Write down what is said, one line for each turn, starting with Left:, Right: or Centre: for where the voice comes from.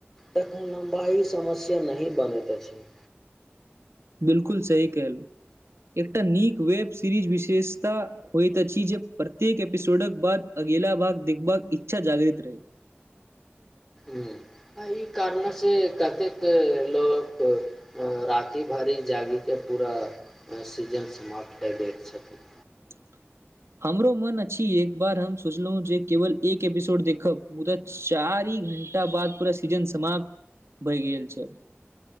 Centre: तखन लम्बाइ समस्या नहि बनैत अछि
Right: <inaudible> बिलकुल सही कहलुं एकटा नीक वेब सीरीज विशेषता होइत अछि जे प्रत्येक एपिसोडक बाद अ गीला भाग देखभाग इच्छा जागृत रहै
Centre: एहि कारण से कतेक लोक राति भरि ई जागिके पूरा सीजन समाप्त कर दै छथिन
Right: <unintelligible> हमरो मन अछि एक बार हम सोचलहुँ जे केवल एक एपिसोड देखब मुदा चारि घंटा बाद पूरा सीजन समाप्त भइ गेल छै